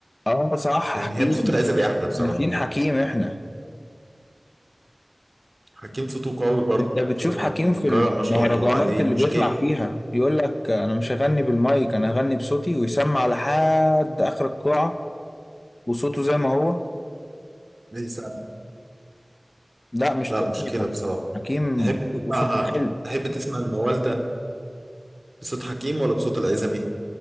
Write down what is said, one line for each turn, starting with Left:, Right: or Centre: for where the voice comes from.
Left: اه صح
Right: يعني
Left: حكيم
Right: هي بصوت العزبي احلى بصراحة
Left: ناسيين حكيم احنا
Right: حكيم صوته قوي برضو
Left: انت بتشوف
Right: وحنجرة
Left: حكيم في
Right: ما شاء
Left: المهرجانات
Right: الله عليه
Left: اللي
Right: مشكلة
Left: بيطلع فيها بيقول لك انا مش هغني بالمايك انا هغني بصوتي ويسمع لحد اخر القاعة وصوته زي ما هو
Right: بيسمع-
Left: لا مش
Right: لا
Left: طبيعي
Right: مشكلة
Left: حكيم
Right: بصراحة
Left: حكيم
Right: تحب
Left: وصوته
Right: تسمعها
Left: حلو
Right: تحب تسمع الموالدة بصوت حكيم ولا بصوت العزبي